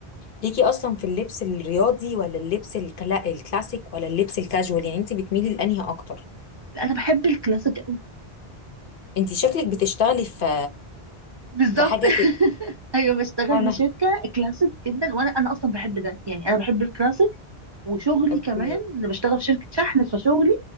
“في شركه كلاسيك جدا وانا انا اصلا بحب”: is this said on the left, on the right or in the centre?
Right